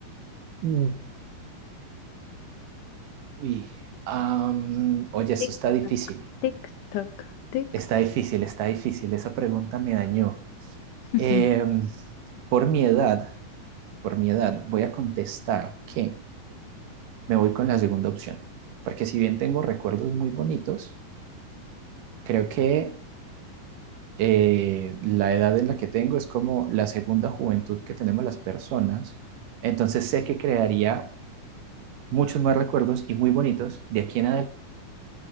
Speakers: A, on the right (about 70°); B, on the left (about 75°).
A: Mm, Uy. Am, oye, esto
B: Tic,
A: está difícil,
B: tac. Tic, toc, tic.
A: está difícil, está difícil, esa pregunta me dañó.
B: <laughs>
A: Em, por mi edad, por mi edad, voy a contestar que... me voy con la segunda opción, porque si bien tengo recuerdos muy bonitos, creo que eh, la edad en la que tengo es como la segunda juventud que tenemos las personas, entonces sé que crearía muchos más recuerdos y muy bonitos de aquí en adelante.